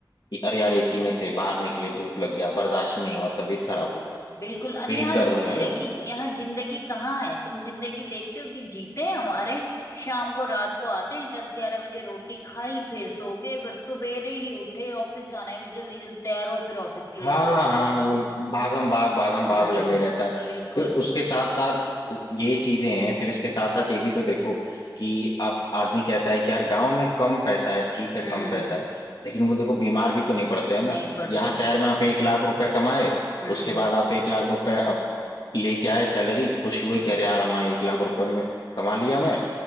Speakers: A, on the left; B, on the left.
A: कि अरे यार एसी में थे बाहर निकले धूप लग गया बर्दाश्त ही नहीं हुआ तबीयत खराब हो गया
B: बिल्कुल अरे
A: पेट
B: यहाँ
A: दर्द
B: जिंदगी
A: होने लगा
B: यहाँ जिंदगी कहाँ है तुम जिंदगी देखते हो कि जीते हैं हमारे शाम को रात को आते हैं दस ग्यारह बजे रोटी खाई फिर सो गए फिर सवेरे ही उठे ऑफिस जाना है भी जल्दी जल्दी तैयार हो फिर ऑफिस के लिए
A: हाँ
B: निकल गए।
A: हाँ वो भागम भाग भागम भाग
B: हम्म
A: लगे रहता है
B: बिल्कुल
A: फिर उसके साथ साथ ये चीजें हैं फिर इसके साथ साथ ये भी तो देखो कि आप आदमी कहता है कि यार गांव में कम पैसा है ठीक है
B: हम्म
A: कम पैसा है लेकिन वो देखो बीमार भी तो नहीं पड़ते हैं ना
B: नहीं पढ़ते
A: यहाँ शहर में आप एक लाख रुपए कमाए
B: हम्म
A: उसके बाद आप एक लाख रुपए अब लेके आए सैलरी खुश हुए
B: हम्म
A: कि अरे यार हमारे एक लाख रुपए में कमा लिया मैं